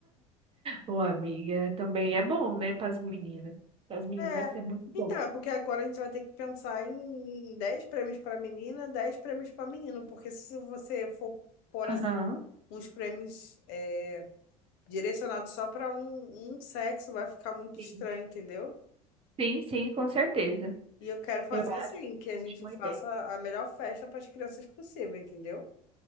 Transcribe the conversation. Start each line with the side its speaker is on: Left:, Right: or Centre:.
Right: ô amiga, também é bom, né, pras meninas. Pras meninas
Left: É,
Right: vai ser muito
Left: então,
Right: bom.
Left: é porque agora a gente vai ter que pensar em 10 prêmios para menina, 10 prêmios para menino, porque se você for pôr
Right: Aham.
Left: assim, uns prêmios é, direcionados só para um, um sexo, vai ficar muito
Right: Sim,
Left: estranho, entendeu?
Right: sim, sim, com certeza.
Left: E eu quero fazer
Right: Eu acho
Left: assim, que a
Right: a
Left: gente
Right: última
Left: faça
Right: ideia.
Left: a melhor festa para as crianças possível, entendeu?